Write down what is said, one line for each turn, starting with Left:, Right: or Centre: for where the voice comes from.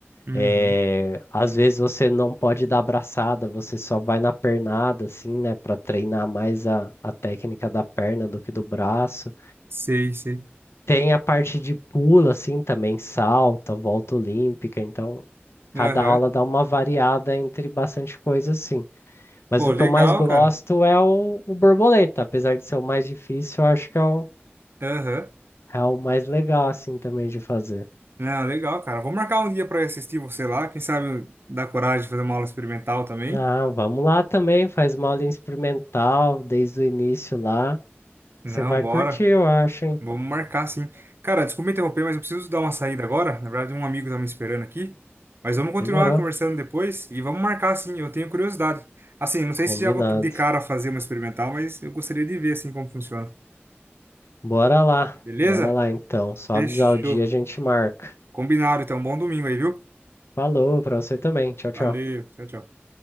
Right: Uhum.
Left: É, às vezes você não pode dar abraçada, você só vai na pernada, assim, né, para treinar mais a, a técnica da perna do que do braço.
Right: Sei, sei.
Left: Tem a parte de pula, assim, também salta, volta olímpica, então cada
Right: Aham.
Left: aula dá uma variada entre bastante coisa, assim. Mas
Right: Pô,
Left: o
Right: legal,
Left: que eu mais gosto
Right: cara.
Left: é o, o borboleta, apesar de ser o mais difícil, eu acho que é o,
Right: Aham.
Left: é o mais legal, assim, também de fazer.
Right: Não, legal, cara. Vou marcar um dia pra eu assistir você lá. Quem sabe dá coragem de fazer uma aula experimental também.
Left: Não, vamos lá também, faz uma aula experimental desde o início lá.
Right: Não,
Left: Você vai
Right: bora.
Left: curtir, eu acho, hein?
Right: Vamos marcar, sim. Cara, desculpa interromper, mas eu preciso dar uma saída agora. Na verdade, um amigo tá me esperando aqui. Mas vamos continuar
Left: Demorou,
Right: conversando depois e vamos marcar, sim. Eu tenho curiosidade. Assim, não sei
Left: combinado.
Right: se já vou de cara fazer uma experimental, mas eu gostaria de ver, assim, como funciona.
Left: Bora lá,
Right: Beleza?
Left: bora lá então. Só
Right: Fechou.
Left: avisar o dia a gente marca.
Right: Combinado, então. Bom domingo aí, viu?
Left: Falou pra você também. Tchau, tchau.
Right: Valeu. Tchau, tchau.